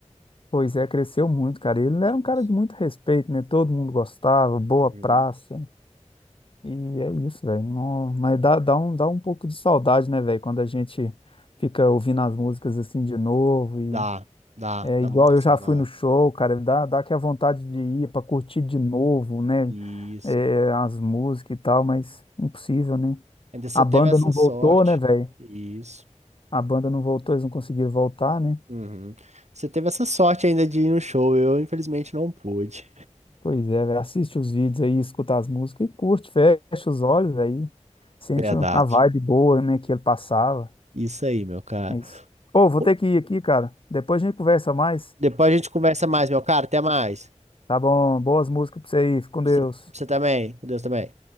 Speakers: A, on the left; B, on the right.
A: Pois é, cresceu muito, cara. Ele
B: Isso.
A: era um cara de muito respeito, né? Todo mundo gostava, boa
B: Uhum.
A: praça. E é isso, velho. Não- Mas dá, dá um, dá um pouco de saudade, né, velho? Quando a gente fica ouvindo as músicas assim de novo.
B: Dá,
A: E
B: dá,
A: é
B: dá
A: igual
B: muita
A: eu
B: saudade.
A: já fui no show, cara. Dá, dá que a vontade de ir pra curtir de novo, né?
B: Isso.
A: É, as músicas e tal, mas impossível, né?
B: Ainda você
A: A banda
B: teve essa
A: não
B: sorte.
A: voltou, né, velho?
B: Isso.
A: A banda não voltou, eles não conseguiram voltar, né?
B: Uhum. Você teve essa sorte ainda de ir no show. Eu, infelizmente, não pude.
A: Pois é, velho. Assiste os vídeos aí, escuta as músicas e curte, fecha os olhos aí.
B: <laughs>
A: Sente
B: Verdade.
A: a vibe boa, né, que ele passava.
B: Isso aí, meu cara.
A: Isso. Ô, vou
B: Pô,
A: ter que ir aqui, cara. Depois a gente conversa mais.
B: Depois a gente conversa mais, meu cara. Até mais.
A: Tá bom? Boas músicas pra você aí. Fica com
B: Você,
A: Deus.
B: você também. Com Deus também.